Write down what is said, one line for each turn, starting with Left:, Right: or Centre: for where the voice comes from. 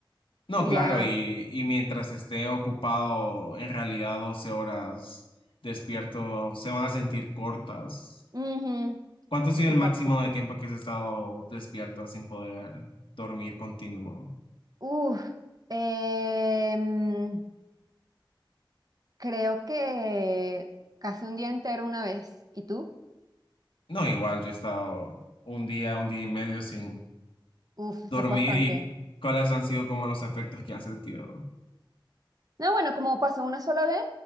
Left: No,
Right: sería...
Left: claro, y, y mientras esté ocupado, en realidad 12 horas despierto se van a sentir cortas.
Right: Ujú,
Left: ¿Cuánto ha sido
Right: exacto.
Left: el máximo de tiempo que has estado despierta sin poder dormir continuo?
Right: Uf, em, creo que casi un día entero una vez. ¿Y tú?
Left: No, igual yo he estado un día, un día y medio sin
Right: Uf, eso
Left: dormir
Right: es bastante.
Left: y cuáles han sido como los efectos que han sentido.
Right: No, bueno, como pasó una sola vez,